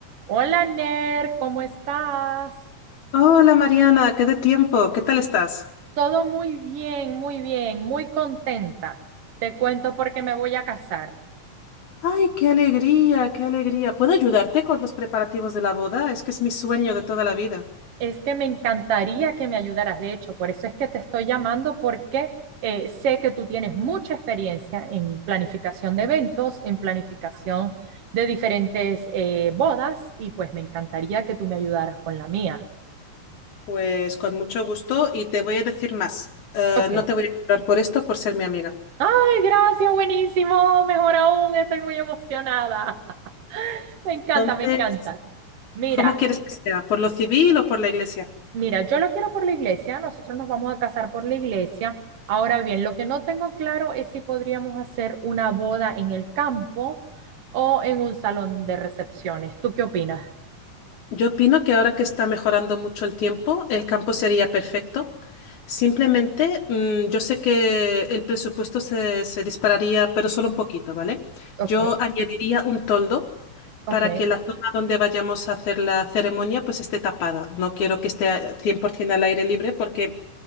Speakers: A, on the right; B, on the left.
A: Hola Ner, ¿cómo estás?
B: Hola Mariana, qué de tiempo, ¿qué tal estás?
A: Todo muy bien, muy bien, muy contenta. Te cuento porque me voy a casar.
B: Ay, qué alegría, qué alegría. ¿Puedo ayudarte con los preparativos de la boda? Es que es mi sueño de toda la vida.
A: Es que me encantaría que me ayudaras, de hecho, por eso es que te estoy llamando porque eh, sé que tú tienes mucha experiencia en planificación de eventos, en planificación de diferentes eh, bodas y pues me encantaría que tú me ayudaras con la mía.
B: Pues con mucho gusto y te voy a decir más. Eh,
A: Ok.
B: no te voy a cobrar por esto por ser mi amiga.
A: Ay, gracias, buenísimo, mejor aún, estoy muy emocionada. Me encanta,
B: Entonces,
A: me encanta. Mira,
B: ¿cómo quieres que sea? ¿Por lo civil o por la iglesia?
A: mira, yo lo quiero por la iglesia, nosotros nos vamos a casar por la iglesia. Ahora bien, lo que no tengo claro es si podríamos hacer una boda en el campo o en un salón de recepciones. ¿Tú qué opinas?
B: Yo opino que ahora que está mejorando mucho el tiempo, el campo sería perfecto. Simplemente, mm, yo sé que el presupuesto se, se dispararía, pero solo un poquito, ¿vale?
A: Ok,
B: Yo añadiría un toldo
A: ok.
B: para que la zona donde vayamos a hacer la ceremonia pues esté tapada. No quiero que esté 100% al aire libre porque